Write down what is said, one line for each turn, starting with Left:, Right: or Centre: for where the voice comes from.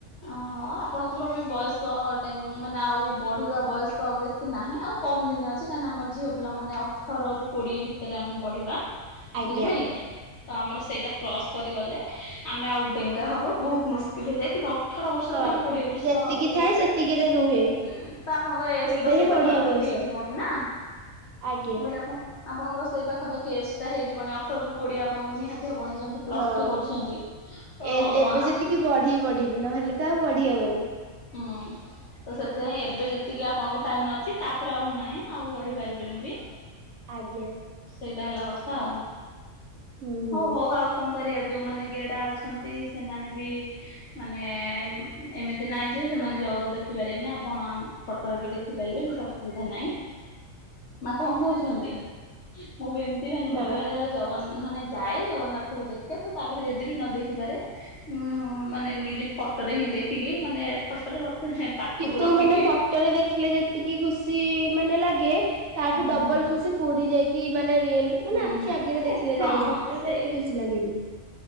Left: ଅହଁ ଆପଣଙ୍କର ବି ବୟସ ଡେ ମାନେ ଆଉ ବଢିବା ବୟସ ବେଶୀ ନାହିଁ ଆଉ। କମ ଦିନି ଅଛି କାହିଁକି ଆମର ଝିଅ ପିଲା ମାନେ ଅଠର ରୁ କୋଡିଏ ଭିତରେ ଆମେ ବଢିବା।
Right: ଆଜ୍ଞା।
Left: ବୁଝିପାଇଲେ? ତ ଆମର ସେଇଟା କ୍ରସ୍ କରିଗଲେ ଆମେ ଆଉ ଡେଙ୍ଗା ହେବା ବହୁତ ମୁସ୍କିଲ୍ ହେଇଯାଏ କିନ୍ତୁ ଅଠର ବର୍ଷରୁ
Right: ହଁ।
Left: ଆମେ କୋଡିଏ ବର୍ଷ
Right: ଯେତିକି
Left: ଏକୋଇଶ
Right: ଥାଏ ସେତିକିରେ ରୁହେ
Left: ହୁଁ ତ ଆପଣଙ୍କ ଏଜ୍‌
Right: ଏଇଟା
Left: ତ
Right: ହିଁ
Left: ସେଇ
Right: ବଢିଆ
Left: ପାଖାପାଖି
Right: ବୟସ
Left: ହେଇଯିବ। ବଣୀ ନା?
Right: ଆଜ୍ଞା।
Left: ମୁ କହିଲି ଆପଣ ଆପଣଙ୍କର ସେଇ ପାଖପାଖି ଏଜ୍‌ଟା ହେଇଯିବଣି। ଅଠରରୁ କୋଡିଏ ଆପଣଙ୍କୁ ନିହାତି ହବଣି <inaudible> ପ୍ଲସ୍
Right: ହଁ।
Left: ଥ୍ରୀ କରୁଛନ୍ତି ତ
Right: ଏ
Left: ଆ
Right: ଏବେ <unintelligible> ବଢିବି ନହଲେ ତ ଆଉ ବଢି ହବନି।
Left: ହୁଁ ତ ସେଥିପାଇଁ ଏବେ ଯେତିକି ଆପଣଙ୍କୁ ଟାଇମ ଅଛି ତାପରେ ଆଉ ନହିଁ। ଆଉ ବଢି ପାରିବେନି ବି।
Right: ଆଜ୍ଞା।
Left: ସେଇଟା ହେଲା କଥା ଆଉ।
Right: ହୁଁ ହୁଁ
Left: ହଉ ହଉ ଆଉ କଣ କରିବା। ଯୋଉମାନେ ଗେଡା ଅଛନ୍ତି ସେମାନେ ବି ମାନେ, ଏମିତି ନାହିଁ ଯେ ସେମାନେ ଜଗାକୁ ଦେଖିପାରିବେନି। ଆପଣ ଫଟୋରେ ବି ଦେଖିପାରିବେ କିଛି ଅସୁବିଧା ନାହିଁ।
Right: <inaudible>
Left: ନା କଣ କହୁଛନ୍ତି? ମୁଁ ବି ଏମତି ମାନେ
Right: ନା।
Left: ବେଳେ ବେଳେ ମାନେ ଜଗନ ମାନେ ଯାଏ, ଜଗନ୍ନାଥଙ୍କୁ ଦେଖେ, ତ ତାପରେ ଯଦି ବିି ନ ଦେଖିପାରେ ଉଁ ମାନେ ନିଜେ ଫଟୋ ରେ ହିଁ ଦେଖିଦିଏ। ମାନେ ଫଟୋରେ ମତେ ପାଖକୁ
Right: କିନ୍ତୁ
Left: ରଖିକି
Right: ମାନେ ଫଟୋରେ ଦେଖିଲେ ଯେତିକି ଖୁସି ମାନେ ଲାଗେ ତାଠୁ
Left: ହୁଁ ହୁଁ
Right: ଡବଲ୍ ଖୁସି ପୁରୀ ଯାଇକି ମାନେ ରିଏଲ ମାନେ
Left: ହୁଁ
Right: ଆଖି
Left: ହୁଁ
Right: ଆଗିରେ
Left: ସେ
Right: ଦେଖିଲେ
Left: ହଁ
Right: ଲାଗେ।
Left: ହଁ
Right: ଫଟୋ
Left: ସେଇ
Right: ରେ ଏତେ ଖୁସି ଲାଗେନି। ି <unintelligible>